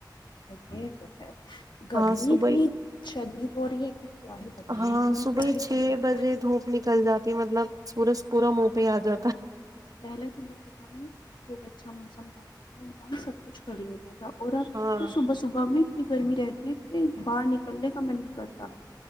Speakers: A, on the left (about 85°); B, on the right (about 50°).
A: ہاں یہ تو ہے گرمی
B: ہاں صبح
A: اتنی شدید ہو رہی ہے کہ کیا ہی بتائیں
B: ہاں
A: انسان
B: صبح
A: کیا
B: ہی چھ
A: کر سکتا
B: بجے
A: ہے
B: دھوپ نکل جاتی مطلب سورج پورم ا پہ آ جاتا
A: پہلے صبح صبح میں خوب اچھا موسم رہتا تھا انسان سب کچھ کر لیتا تھا اور رات
B: ہے ہاں
A: تو صبح صبح بھی گرمی رہتی ہے کہ باہر نکلنے کا من نہیں کرتا